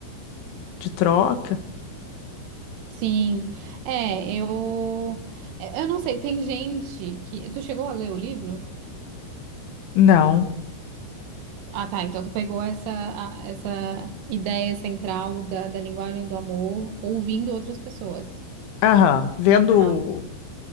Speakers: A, on the left; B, on the right.
A: de troca.
B: Sim, é, eu, é, eu não sei, tem gente que, tu chegou a ler o livro?
A: Não.
B: Ah, tá, então tu pegou essa, a- essa ideia central da, da linguagem do amor ouvindo outras pessoas.
A: Aham. Vendo
B: Ah,